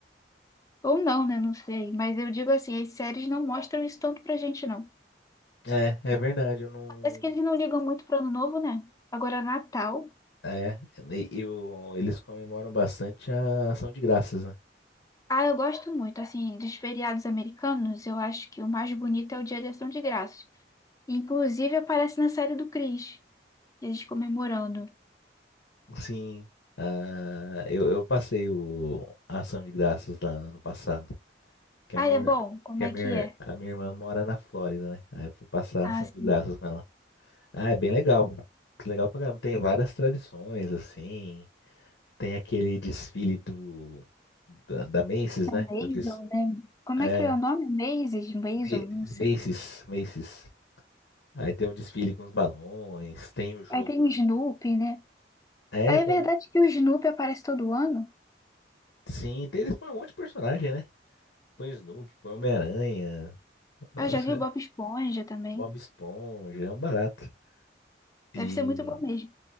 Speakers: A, on the left; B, on the left.
A: Ou não, né? Não sei. Mas eu digo assim, as séries não mostram isso tanto pra gente, não.
B: É, é verdade, eu não.
A: Parece que eles não ligam muito pro Ano Novo, né? Agora, Natal.
B: É, e- e o- eles comemoram bastante a ação de graças, né?
A: Ah, eu gosto muito, assim, dos feriados americanos, eu acho que o mais bonito é o Dia de Ação de Graças. Inclusive aparece na série do Chris, eles comemorando.
B: Sim, ah, eu, eu passei o, a ação de graças lá ano passado, que
A: Ah,
B: a minha,
A: é bom? Como
B: que a
A: é
B: minha,
A: que é?
B: a minha irmã mora na Flórida, né? Aí eu fui passar
A: Ah,
B: a ação
A: sim.
B: de graças com ela. Ah, é bem legal. Legal pra caramba. Tem várias tradições, assim. Tem aquele desfile do, da, da Macy's, né?
A: É Maisel,
B: Eu disse,
A: né? Como
B: é,
A: é que é o nome? Maisel? Maisel?
B: Ma-
A: Não sei.
B: Macy's, Macy's. Aí tem um desfile com os balões, tem o jogo
A: Aí tem o
B: de.
A: Snoopy, né?
B: É,
A: Aí
B: tem
A: é verdade
B: um.
A: que o Snoopy aparece todo ano?
B: Sim, tem, eles põem um monte de personagem, né? Põe o Snoopy, põe o Homem-Aranha, nossa,
A: Ah, eu já vi o Bob Esponja também.
B: Bob Esponja, é um barato. E
A: Deve ser muito bom mesmo.